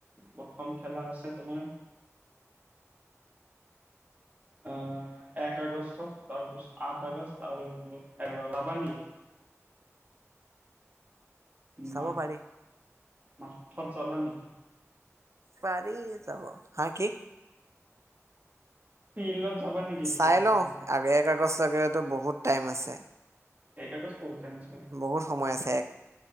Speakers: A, on the right (about 30°); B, on the right (about 65°).
A: প্ৰথম খেলা আছে তোমাৰ অ এক আগষ্ট তাৰপিছত আঠ আগষ্ট আৰু ৰাবানি <unintelligible>
B: চাব
A: মা
B: পাৰি
A: মাচত যাবা নেকি
B: পাৰী যাব হা কি
A: ফিল্ডত যাবা নেকি
B: চাই
A: খেলটো
B: লও
A: চাব
B: আগে কাগজ লাগিলেতো বহুত টাইম আছে
A: এক আগষ্ট বহুত টাইম আছে
B: বহুত সময় আছে